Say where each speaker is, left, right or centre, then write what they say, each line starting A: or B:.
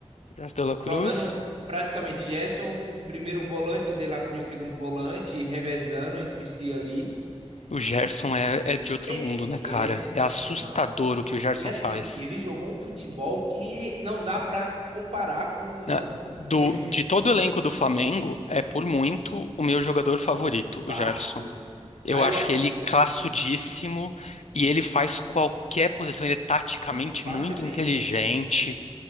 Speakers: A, on the left; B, on the right.
A: Gerson de la Cruz.
B: jogando praticamente Gerson, primeiro volante, De La Cruz, segundo volante, revezando entre si ali.
A: O Gerson
B: E
A: é, é de outro
B: é-
A: mundo, né,
B: ele
A: cara?
B: é sensacional.
A: É assustador o que o Gerson
B: E assim,
A: faz.
B: e ele jogou um futebol que não dá pra comparar com, mano,
A: Na- Do,
B: é muito difícil.
A: de todo o elenco do Flamengo, é por muito o meu jogador favorito,
B: Fácil.
A: o Gerson. Eu
B: Aí
A: acho
B: eu,
A: ele classudíssimo e ele faz qualquer posição. Ele é taticamente
B: hum, facilmente.
A: muito inteligente.